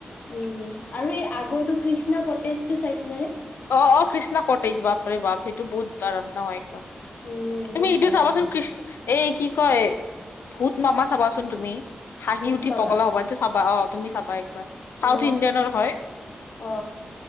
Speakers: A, on the left (about 50°); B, on the left (about 85°).
A: উম আৰু এই আগৰটো কৃষ্ণা কটেজটো চাইছিলে নে
B: অ অ কৃষ্ণা কটেজ বাপৰে বাপ সেইটো বহুত দৰৱনা হয় একদম
A: উম
B: তুমি
A: বহুত
B: এইটো
A: ভাল
B: চাবাচোন
A: লাগে
B: কিষ্ট এই কি কয় ভূত মামা চাবাচোন তুমি হাঁহি
A: ভূত
B: উঠি
A: মামা
B: পগলা হ'বা চাবা অ তুমি চাবা একবাৰ চাউথ
A: অ
B: ইণ্ডিয়ানৰ হয়
A: অ